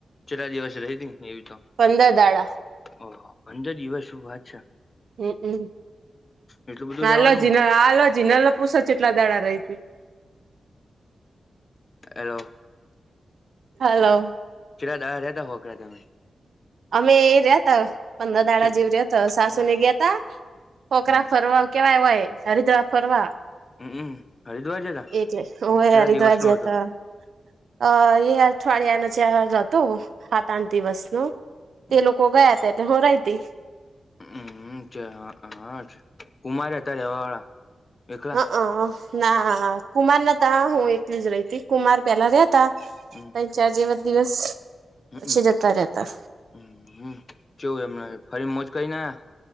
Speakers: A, on the left; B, on the right.
A: ચરા દિવસ રહી ત એવી તો
B: પંદર દાડા
A: ઓહ પંદર દિવસ શું વાત છે
B: હમ હમ
A: એટલું બધું
B: હાલોજી
A: રેવાનું
B: ના હાલોજી જીનેલ પૂશે કેટલા દાડા રહી તી
A: હેલો
B: હલો
A: કેટલા દાડા રિહાય તા હોકડા તમે
B: અમે એ રિયતા પંદર દાડા
A: ચલ
B: જેવ રહ્યા ત સાસુ
A: ઓહો
B: ને ગયા તા પોકરા
A: હમ
B: ફરવા કેવાય હોય હરિદ્વાર ફરવા
A: હમ હમ. હરિદ્વાર જતા
B: એટલે હું
A: કેટલા
B: એ હરિદ્વાર
A: દિવસ નો
B: જતા
A: હતો
B: અ એ અઠવાડિયા નું ચાર હતું હાથ આઠ દિવસ નું તે
A: હમ
B: લોકોક ગયા હતા એટલે હુ રહતી
A: હમ છે હા કુમાર હતા રેવા વાળા એકલા
B: હ અ ના કુમાર નાતા હું એકલી જ રહીતી કુમાર પેલા રિયતા
A: હમ
B: તન ચાર જેવા દિવસ
A: હમ
B: પછી જતા રહેતા
A: હમ કેવું એમને ફરી મોજ કરીને આયા